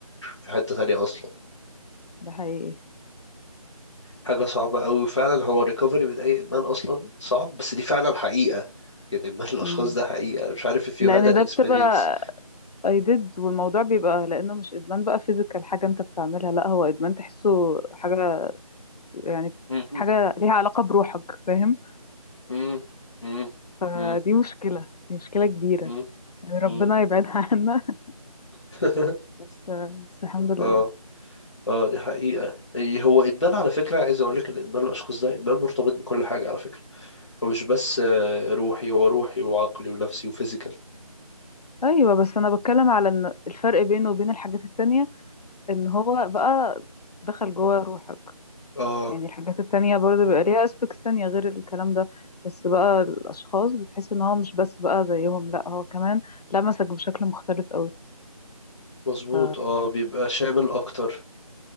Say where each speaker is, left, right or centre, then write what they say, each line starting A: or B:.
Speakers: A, on the left; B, on the left.
A: في حتة تانية اصلا
B: ده حقيقي
A: حاجة صعبة قوي وفعلا هو الريكفري من اي ادمان اصلا صعب بس دي فعلا حقيقة يعني ادمان الاشخاص
B: مم.
A: ده حقيقة مش عارف
B: لأن
A: if you had an
B: ده
A: experience
B: بتبقى I did والموضوع بيبقى لأنه مش إدمان بقى فيزيكال حاجة أنت بتعملها لا هو إدمان تحسه حاجة يعني
A: مم،
B: حاجة ليها علاقة بروحك فاهم
A: مم، مم،
B: فدي
A: مم،
B: مشكلة دي مشكلة كبيرة
A: مم،
B: يعني ربنا
A: مم.
B: يبعدها عنا
A: <laughs>
B: <laughs> بس بس الحمد
A: اه
B: لله
A: اه دي حقيقة يعني هو ادمان على فكرة عايز اقول لك ان ادمان الاشخاص ده ادمان مرتبط بكل حاجة على فكرة هو مش بس آه، روحي هو روحي وعقلي ونفسي وفيزيكال
B: أيوة بس أنا بتكلم على إن الفرق بينه وبين الحاجات التانية ان هو بقى دخل جوه روحك
A: اه
B: يعني الحاجات التانية برضه بيبقى ليها aspects تانية غير الكلام ده بس بقى الأشخاص بتحس ان هو مش بس بقى زيهم لا هو كمان لمسك بشكل مختلف قوي
A: مظبوط
B: ف
A: اه بيبقى شامل اكتر